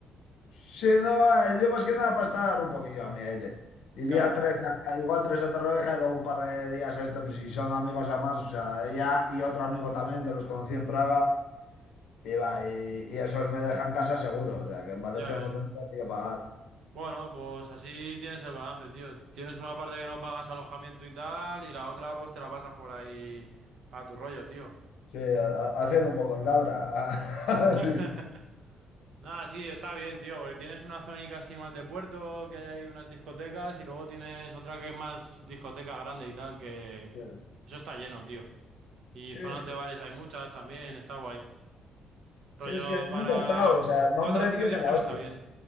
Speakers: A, on the left; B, on the right.
A: Sí, no, eh, yo más que nada para estar un poquillo a mi aire. Iría
B: Claro,
A: tres, a- igual tres a Torrevieja y luego un par de días a esto, pues, si son amigos a más, o sea, ella y otro amigo también que los conocí en Praga. Y, va, y, y esos me dejan casa seguro, o sea que en Valencia
B: ya ves.
A: no tendría que pagar.
B: Bueno, pues así tienes el balance, tío. Tienes una parte que no pagas alojamiento y tal, y la otra pues te la pasas por ahí a tu rollo, tío.
A: Sí, ha- ha- haciendo un poco el cabra. <laughs>
B: <laughs> Nada, sí, está bien, tío, porque tienes una zónica así más de puerto, que hay ahí unas discotecas, y luego tienes otra que es más discoteca grande y tal, que...
A: Sí.
B: Eso está lleno, tío. Y
A: Sí,
B: zonas
A: es
B: de
A: que,
B: bares hay muchas también, está guay.
A: sí,
B: Rollo
A: es que nunca
B: para
A: he estado, o sea, nombre
B: cuatro o cinco
A: tiene
B: días
A: la
B: creo que
A: hostia.
B: está bien.